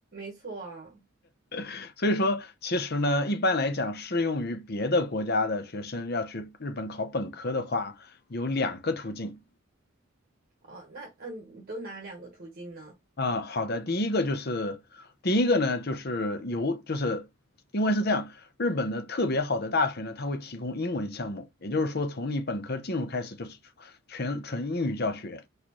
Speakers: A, on the right (about 45°); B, on the left (about 50°).
A: 没错啊，
B: <laughs> 所以说，其实呢，一般来讲，适用于别的国家的学生要去日本考本科的话，有两个途径。
A: 哦，那嗯，你都哪两个途径呢？
B: 啊，好的，第一个就是第一个呢，就是由就是因为是这样，日本的特别好的大学呢，它会提供英文项目，也就是说从你本科进入开始就是全纯英语教学